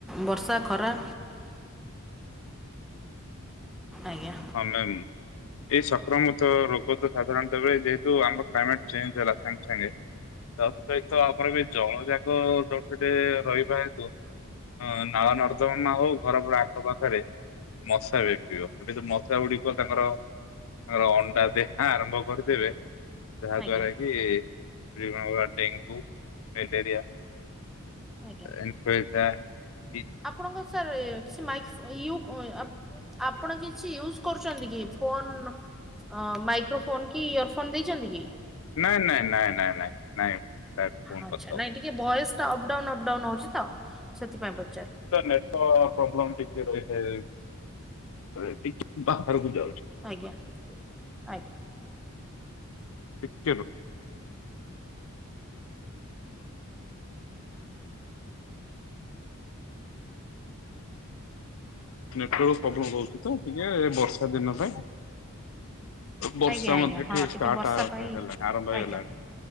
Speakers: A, in the centre; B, on the left (about 65°).
A: ବର୍ଷା ଖରା ଆଜ୍ଞା
B: ହଁ ମ୍ୟାମ୍। ଏଇ ସଂକ୍ରମିତ ରୋଗ ତ ସାଧାରଣତଃବେଳେ ଯେହେତୁ ଆମର କ୍ଲାଇମେଟ ଚେଞ୍ଜ ହେଲା ସାଙ୍ଗେ ସାଙ୍ଗେ ତା ସହିତ ଆମର ବି ଜଳଯାକ ଯଉ ସେଠେ ରହିବା ହେତୁ ନାଳ ନର୍ଦ୍ଦମା ହଉ ଘର ଆଖପାଖରେ ମଶା ବ୍ୟାପିବ। ଏବେ ତ ମଶା ଗୁଡିକ ତାଙ୍କର ତାଙ୍କର ଅଣ୍ଡା ଦେ ଆରମ୍ଭ କରିଦେବେ। ଯାହା
A: ଆଜ୍ଞା
B: ଦ୍ଵାରା କି <unintelligible> ଡେଙ୍ଗୁ ମ୍ୟାଲେରିଆ
A: ଆଜ୍ଞା
B: ଇନଫ୍ଏଜା। <unintelligible>
A: ଆପଣଙ୍କ ସ ସାର୍ ସେ ମାଇକ୍ସ ୟୁ ଆପ ଆପଣ କିଛି ୟୁଜ କରୁ ଛନ୍ତି କି ଫୋନ ମାଇକ୍ରୋ ଫୋନ୍ କି ଇୟର ଫୋନ ଦେଇଛନ୍ତି କି?
B: ନାଇଁ ନାଇଁ ନାଇଁ ନାଇଁ ନାଇଁ ନାଇଁ। ଫୋନ
A: ଆଛା
B: କଥା ହଉ
A: ନାଇଁ ଟିକେ ଭଏସ୍ ଅପଡାଉନ୍ ଅପଡାଉନ୍ ହଉଚି ତ ସେଥିପାଇଁ ପ
B: ନେଟ ତ ପ୍ରୋବ୍ଲେମ୍ ଟିକେ ରହିଥାଏ। <unintelligible> ବାହାରକୁ ଯାଉଚି।
A: ଆଜ୍ଞା ଆଜ୍ଞା
B: ଟିକେ ରୁହ। ନେ <unintelligible> ପ୍ରବ୍ଲେମ୍ ରହୁଚି ତ ଟିକେ ଏ ବର୍ଷା ଦିନ ପାଇଁ। ବର୍ଷା
A: ଆଜ୍ଞା ଆଜ୍ଞା
B: ମଧ୍ୟ
A: ହଁ
B: ଟିକେ ଷ୍ଟାର୍ଟ
A: ବର୍ଷା
B: ଆ
A: ପାଇଁ
B: ହେଲାଣି ଆରମ୍ଭ ହେଇଗଲାଣି
A: ଆଜ୍ଞା